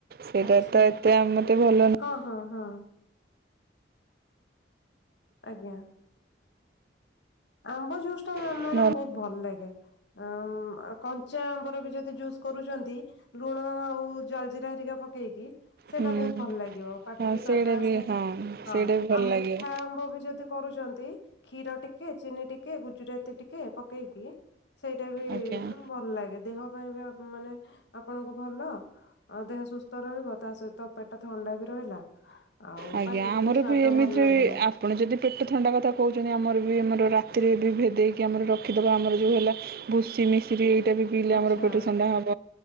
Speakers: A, on the right (about 55°); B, on the left (about 75°).
A: ସେଇଟା
B: ଆଚ୍ଛା
A: ତ ଏତେ ଆ ମତେ ଭଲ ନ
B: ହଁ ହଁ ହଁ। ଆଜ୍ଞା। ଆମ୍ବ ଜୁସଟା
A: ନୁହଁ
B: ମ୍ୟାଡାମ୍
A: ନର୍
B: ବହୁତ୍ ଭଲ ଲାଗେ। ଅ ଆ କଞ୍ଚା ଆମ୍ବରେବି ଯଦି ଜୁସ୍ କରୁଚନ୍ତି ଲୁଣ ଆଉ ଜଲଜିିରା ହରିକା ପକେଇକି ସେଇଟା
A: ହୁଁ
B: ବହୁତ୍ ଭଲ ଲାଗିବ। ପାଟିିକି
A: ହଁ
B: ସ୍ଵାଦ
A: ସେଇଟା
B: ଆସେ
A: ବି ହଁ
B: ହଁ
A: ସେଇଟା ବି ଭଲ
B: ଆଉ ମିଠା
A: ଲାଗେ
B: ଆମ୍ବବି ଯଦି କରୁଚନ୍ତି କ୍ଷୀର ଟିକେ ଚିନି ଟିକେ ଗୁଜୁରାତି ଟିକେ ପକେଇକି ସେଇଟାବି
A: ଆଜ୍ଞା।
B: ଭଲ ଲାଗେ ଦେହ ପାଇଁବି ମାନେ ଆପଣଙ୍କୁ ଭଲ ଦେହ ସୁସ୍ଥ ରହିବ ତାସହିତ ପେଟ ଥଣ୍ଡାବି ରହିଲା। ଆଉ
A: ଆଜ୍ଞା
B: ପାଟିକିବି
A: ଆମର
B: ସ୍୍ୱାଦ
A: ବି ଏମିତିରେ
B: ଭଲ ଲାଗିଲା।
A: ଆପଣ ଯଦି ପେଟ ଥଣ୍ଡା କଥା କହୁଚନ୍ତି ଆମରବି ଆମର ରାତିରେବି ଭେଦେଇକି ଆମର ରଖିଦେବା ଆମର ଯେଉଁ ହେଲା ଭୁସି ମିଶରିି ଏଇଟାବି ପିଇଲେ
B: ଆଚ୍ଛା
A: ଆମର ପେଟ ଥଣ୍ଡା ହେବ